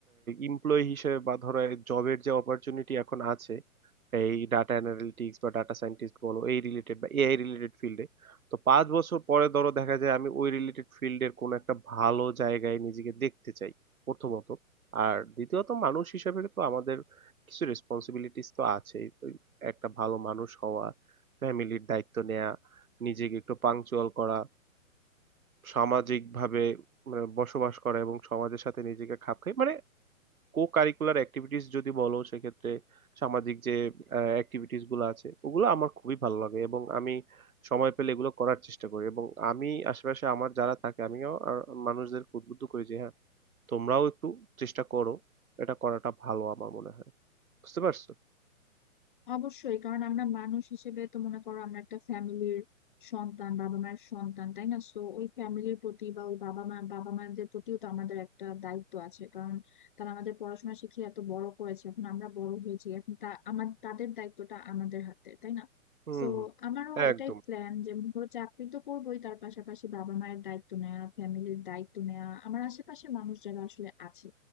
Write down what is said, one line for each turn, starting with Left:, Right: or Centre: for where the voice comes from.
Right: এমপ্লয়ি হিসেবে বা ধরো জবের যে অপরচুনিটি এখন আছে এই ডাটা অ্যানালিটিক্স বা ডাটা সায়েন্টিস্ট বলো এই রিলেটেড বা এআই রিলেটেড ফিল্ডে তো পাঁচ বছর পরে ধরো দেখা যায় আমি ওই রিলেটেড ফিল্ডের কোনো একটা ভালো জায়গায় নিজেকে দেখতে চাই প্রথমত আর দ্বিতীয়ত মানুষ হিসেবে তো আমাদের কিছু রেসপন্সিবিলিটিস তো আছেই তো একটা ভালো মানুষ হওয়া ফ্যামিলির দায়িত্ব নেওয়া নিজেকে একটু পাংচুয়াল করা সামাজিকভাবে মানে বসবাস করা এবং সমাজের সাথে নিজেকে খাপ খাই মানে কো কারিকুলার অ্যাক্টিভিটিস যদি বলো সেক্ষেত্রে সামাজিক যে অ্যাক্টিভিটিস গুলো আছে ওগুলো আমার খুবই ভালো লাগে এবং আমি সময় পেলে এগুলো করার চেষ্টা করি এবং আমি আশেপাশে আমার যারা থাকে আমিও আর মানুষদেরকে উদ্বুদ্ধ করি যে হ্যাঁ তোমরাও একটু চেষ্টা করো এটা করাটা ভালো আমার মনে হয় বুঝতে পারছো
Left: অবশ্যই কারণ আমরা মানুষ হিসেবে তো মনে করো আমরা একটা ফ্যামিলির সন্তান বাবা মায়ের সন্তান তাই না সো ওই ফ্যামিলির প্রতি বা ওই বাবা মা বাবা মাদের প্রতিও তো আমাদের একটা দায়িত্ব আছে কারণ তারা আমাদের পড়াশোনা শিখিয়ে এত বড় করেছে এখন আমরা বড় হয়েছি এখন তা আমার তাদের দায়িত্বটা আমাদের হাতে তাই না
Right: হুম
Left: তো
Right: হুম
Left: আমারও
Right: একদম
Left: এটাই প্ল্যান যে মনে করো চাকরি তো করবোই তার পাশাপাশি বাবা মায়ের দায়িত্ব নেওয়া ফ্যামিলির দায়িত্ব নেওয়া আমার আশেপাশে মানুষ যারা আসলে আছে